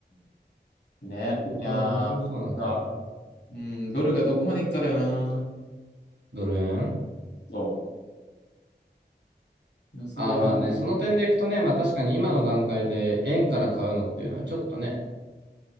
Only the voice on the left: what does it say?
ね。いやー、
うわうん、ドルがどこまでいくかだよな。
そう予想は1
5